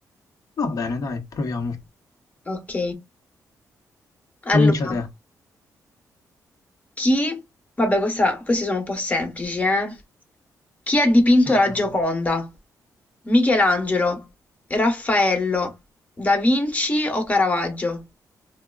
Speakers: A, on the left (about 60°); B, on the left (about 20°).
A: Va bene, dai, proviamo.
B: Ok,
A: Comincia
B: allora,
A: te.
B: chi... Vabbè, questa- queste sono un po' semplici, eh? Chi ha dipinto
A: Proviamo.
B: la Gioconda? Michelangelo, Raffaello, Da Vinci o Caravaggio?